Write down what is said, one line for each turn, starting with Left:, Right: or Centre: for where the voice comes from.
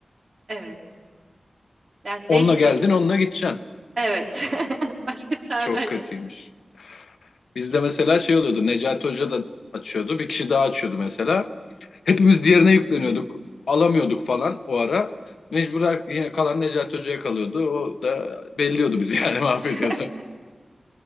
Right: evet, yani
Left: Onunla
Right: değiştiremezsin.
Left: geldin, onunla gideceksin.
Right: Evet. <laughs> Başka çaren
Left: Çok kötüymüş.
Right: yok. Kim?
Left: Bizde mesela şey oluyordu. Necati Hoca da açıyordu. Bir kişi daha açıyordu mesela. Hepimiz diğerine yükleniyorduk. Alamıyorduk falan o ara. Mecbur her- yine kalan Necati Hoca'ya kalıyordu. O da belliyordu bizi yani <laughs> mahvediyordu.
Right: <laughs>